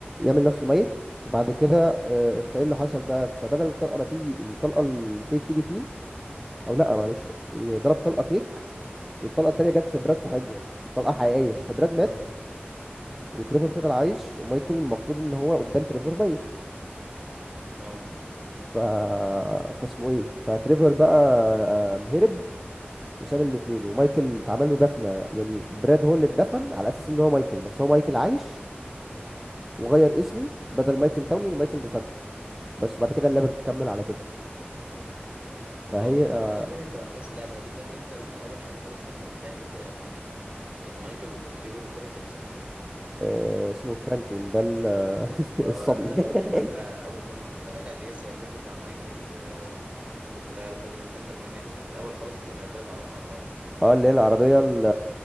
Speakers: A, in the centre; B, on the right.
A: نفسه ميت وبعد كده آه، فايه اللي حصل بقى فبدل الطلقه ما تيجي الطلقه الفيك تيجي فيه او لا معلش ضرب طلقه فيك والطلقه التانيه جت في براد صاحبهم الطلقه حقيقيه فبراد مات
B: اه
A: وتريفر فضل عايش ومايكل المفروض ان هو قدام تريفر ميت
B: اه
A: ف فاسمه ايه فتريفر بقى آم، هرب وساب الاتنين ومايكل اتعمل له دفنه يعني براد هو اللي اتدفن على اساس ان هو مايكل بس هو مايكل عايش وغير اسمه بدل مايكل تاولي لمايكل ديسانتا بس بعد كده اللعبه بتكمل على كده فهي
B: اه
A: آه،
B: انت فكرتني انت باحداث اللعبه دي فاكر انت اول حاجه خالص لما التالت كان مايكل وكان تريفر والتالت كان اسمه
A: آه، اسمه فرانكلين
B: ايه؟
A: ده ال- <laughs>
B: اه
A: الصبي
B: لما دخل
A: <laughs>
B: في المهمة أول خالص لما دخل يسرق البيت بتاع مايكل و... وطلع له فاكر أنت المهمة دي في الأول خالص لما يبدأوا يتعرفوا على بعض
A: اه اللي هي العربية ال-